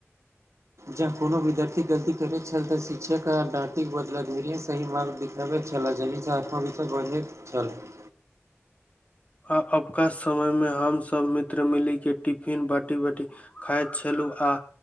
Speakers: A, on the right (about 75°); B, on the left (about 30°).
A: जँ कोनो विद्यार्थी गलती करैत छल तऽ शिक्षक आडाँटिक बदला दुरिये सही मार्ग हेबे छलै जे निचा <inaudible> तक बढ़ैत छलै
B: आ आपका समय मे हम सब मित्र मिली के टिफिन बाटी बाटी खाइत छलहुँ आ